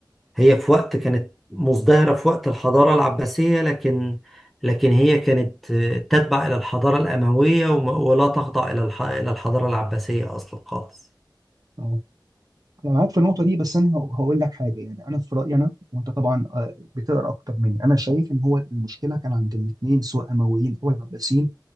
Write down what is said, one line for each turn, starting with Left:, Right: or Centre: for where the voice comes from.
Centre: هي في وقت كانت مزدهرة في وقت الحضارة العباسية لكن لكن هي كانت تتبع إلى الحضارة الأموية وم- ولا تخضع إلى الح- إلى الحضارة العباسية أصلا خالص
Right: أهو. انا معاك في النقطه دي بس انا هق- هقول لك حاجه يعني انا في رايي انا وانت طبعا آه، بتقرا اكتر مني انا شايف ان هو المشكله كان عند الاثنين سواء امويين او العباسيين